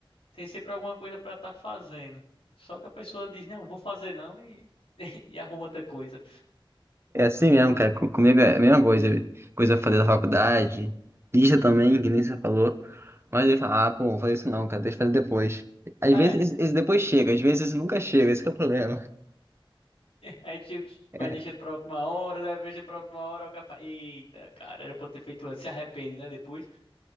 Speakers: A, on the left; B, on the right.
A: Tem sempre alguma coisa pra estar fazendo. Só que a pessoa diz, não, vou fazer não e, <laughs> e arruma outra coisa.
B: É assim mesmo, cara. com- Comigo é a mesma coisa. Coisa pra fazer da faculdade, lista também, que nem você falou. Mas ele fala, ah, pô, vou fazer isso não, cara, deixa eu fazer depois. Às
A: É,
B: vezes esse esse depois chega, às vezes esse nunca chega, esse que é o problema.
A: a gente
B: É,
A: vai deixando pra última hora, né? Deixa pra última hora, o cara fala, eita, cara, era pra eu ter feito antes. Se arrepende, né, depois.